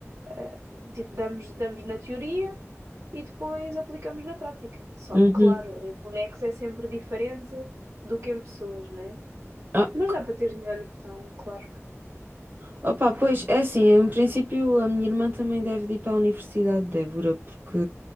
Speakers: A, on the right; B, on the right.
A: Eh, tipo, damos, damos na teoria e depois aplicamos na prática. Só
B: Uhum.
A: que, claro, em bonecos é sempre diferente do que em pessoas, né?
B: Ah,
A: Mas dá para ter noção, claro.
B: opa, pois, é assim, eu, em princípio a minha irmã também deve de ir para a Universidade de Évora, porque